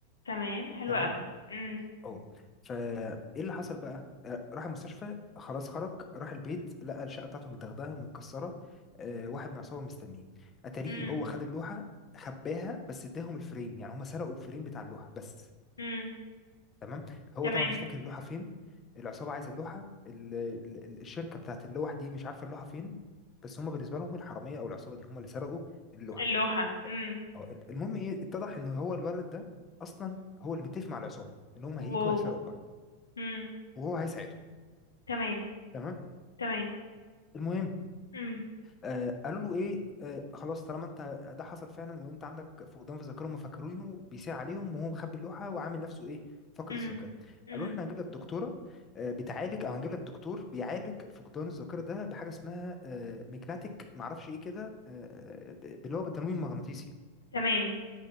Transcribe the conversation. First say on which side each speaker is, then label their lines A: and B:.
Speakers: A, on the left; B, on the left.
A: تمام حلو
B: تمام
A: قوي امم
B: اه فايه اللي حصل بقى آه، راح المستشفى خلاص خرج راح البيت لقى الشقه بتاعته متاخده متكسره آه، واحد من العصابه مستنيه اتاريه
A: امم
B: هو خد اللوحه خباها بس اداهم الفريم يعني هم سرقوا الفريم بتاع اللوحه بس
A: امم
B: تمام هو
A: تمام
B: طبعا مش فاكر اللوحه فين العصابه عايزه اللوحه ال- ال- ال- الشركه بتاعت اللوح دي مش عارفه اللوحه فين بس هم بالنسبه لهم الحراميه او العصابه دي هم اللي سرقوا اللوحه
A: اللوحة امم
B: اه، المهم ايه اتضح ان هو الولد ده اصلا هو اللي متفق مع العصابه ان هم هيجوا
A: واو
B: هيسرقوا اللوحه
A: مم.
B: وهو هيساعدهم
A: تمام
B: تمام
A: تمام
B: المهم
A: مم.
B: آه قالوا له ايه آه خلاص طالما انت ده حصل فعلا وانت عندك فقدان في الذاكره هم فاكرينه بيساء عليهم وهو مخبي اللوحه وعامل نفسه ايه فاقد
A: مم.
B: الذاكره
A: مم.
B: قالوا له احنا هنجيب لك دكتوره آه بتعالج او هنجيب لك دكتور بيعالج فقدان الذاكره ده بحاجه اسمها آه ميجناتيك معرفش ايه كده آه آه، ب- اللي هو بالتنويم المغناطيسي يعني.
A: تمام